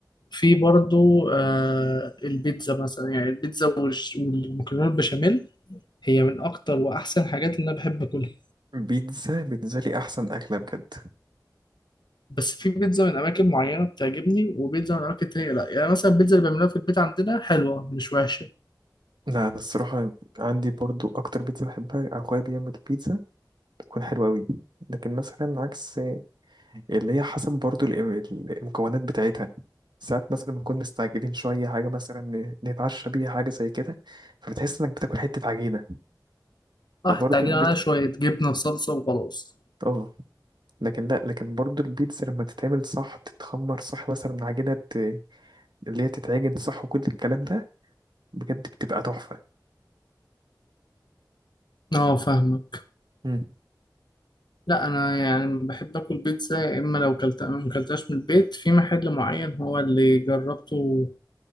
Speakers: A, on the left (about 70°); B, on the right (about 75°).
A: في برضو آه البيتزا مثلا يعني البيتزا والش- والمكرونه البشاميل هي من اكتر واحسن حاجات اللي انا بحب اكلها
B: بيتزا بالنسبه لي احسن اكله بجد
A: بس في بيتزا من اماكن معينه بتعجبني وبيتزا من اماكن تانية لا يعني مثلا البيتزا اللي بيعملوها في البيت عندنا حلوه مش وحشه
B: لا انا الصراحه عندي برضو اكتر بيتزا بحبها اخويا بيعمل بيتزا بتكون حلوه قوي لكن مثلا عكس اللي هي حسب برضو الإم- المكونات بتاعتها ساعات مثلا بنكون مستعجلين شوية حاجة مثلا ن- نتعشى بيها حاجة زي كده فبتحس إنك بتاكل حتة عجينة
A: اه
B: فبرضو
A: تعجبني
B: البيتزا
A: عليها شويه جبنه وصلصه وخلاص
B: اه لكن لأ لكن برضو البيتزا لما تتعمل صح تتخمر صح مثلا عجينة ت- اللي هي تتعجن صح وكل الكلام ده بجد بتبقى تحفة
A: اه فاهمه
B: مم.
A: لا انا يعني بحب اكل بيتزا يا اما لو كلت ما كلتهاش من البيت في محل معين هو اللي جربته